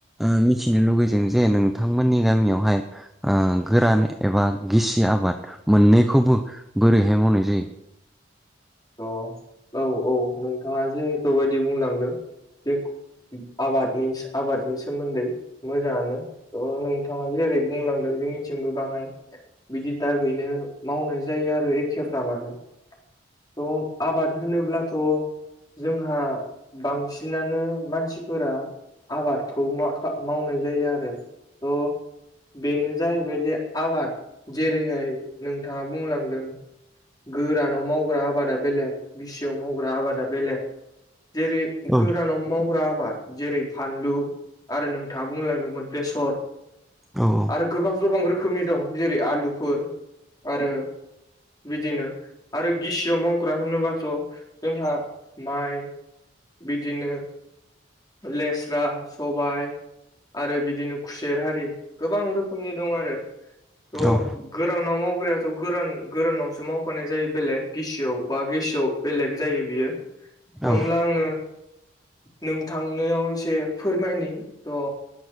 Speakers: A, in the centre; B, on the left (about 20°).
A: ओ मिथिनो लुुबैदों जे नोंथांमोननि गामियावहाय आ गोरान एबा गिसि आबाद मोननैखौबो बोरैहाय मावनाय जायो
B: अ औ औ नोंथाङा जिहेथु बायदि बुंलांदों बे आबादनि आबादनि सोमोन्दै मोजाङानो थ' नोंथाङा जेरै बुंलांदों जोंनिथिंबो बाङाय बिदि दायिपनिनो मावनाय जायो आरो एखेफ्रामानो थ' आबाद होनोब्लाथ' जोंहा बांसिनानो मानसिफोरा आबादखौ मा आ मावनाय जायो आरो थ'
A: <inaudible>
B: बेनो जाहैबाय जे आबाद जेरैहाय नोंथाङा बुंलांदों गोरानाव मावग्रा आबाद दा बेलेग गिसियाव मावग्रा आबादा बेलेग जेरै
A: औ
B: गोरानाव मावग्रा आबाद जेरै फानलु आरो नोंथाङा बुंलांदोंमोन बेसर
A: औ औ
B: आरो गोबां गोबां रोखोमनि दं जेरै आलुफोर आरो बिदिनो आरो गिसियाव माव ग्रा होनोबाथ' जोंहा माइ बिदिनो लेस्रा सबाइ आरो बिदिनो खुसेर हारि गोबां रोखोमनि दं आरो थ'
A: औ
B: गोरानाव मावग्रायाथ' गोरान गोरानावसो मावखानाय जायो बेलेग गिसियाव बा गिसियाव बेलेग जायो बियो थ'
A: औ
B: होमब्ला आङो नोंथांनियाव एसे फोरमायनि थ'